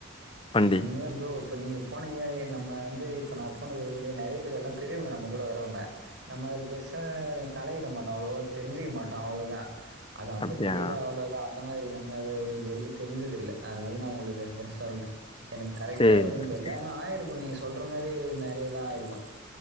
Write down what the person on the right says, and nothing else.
நீயா ப்ரோ இப்ப நீங்க போனீங்க ஏ நம்ம வந்து இப்ப நா போனது வந்து நெறைய பேரு எல்லா பெரியவங்க நம்ம கூட வரவுங்க நம்ம அதுல பெருசா தலையிட மாட்டோ அவ்ளோ தெரிஞ்சுக்க மாட்டோ அவ்ளோ தா அது அப்ப
தெரியுதா அவ்ளோ தா அந்த மாரி நம்ம இது இது வரைக்கு தெரிஞ்சதுல்ல அதுனால நா ஒங்களுக்கு அப்புறோ சொல்றே எனக்கு கரெட்டா
எவ்ளோன்னு
தெரியல
ஆனா ஆயிருக்கு நீங்க சொல்ற மாரி நெறையதா ஆயிருக்கு